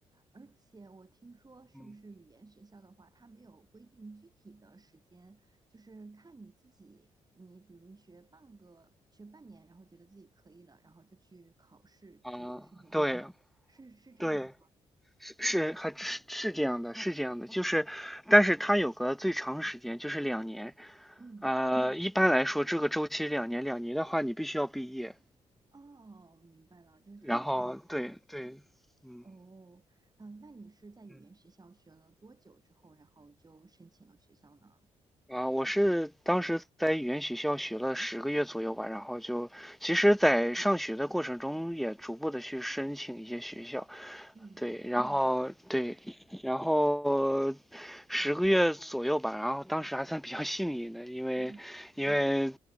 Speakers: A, on the right; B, in the centre.
A: 而且我听说，是不是语言学校的话，
B: 嗯，
A: 它没有规定具体的时间，就是看你自己，你比如学半个，学半年，然后觉得自己可以了，然后就去考试，
B: 啊，
A: 就去申请学校，
B: 对
A: 是是这样吗？
B: 对，是是还是是这样的，是这样的，就是，但是它有个最长时间，就是两年。
A: 嗯，
B: 呃，一般来说，这个周期两年，两年的话，你必须要毕业。
A: 哦，明白了，就是他，
B: 然后，对对，嗯。
A: 哦，嗯，那你是在语言学校学了多久之后，
B: 嗯
A: 然后就申请了学校呢？
B: 啊，我是当时在语言学校学了十个月左右吧，然后就，其实，在上学的过程中也逐步的去申请一些学校，
A: 嗯
B: 对，然后对，然后十个月左右吧，然后当时还算比较幸运的，因为因为
A: 嗯，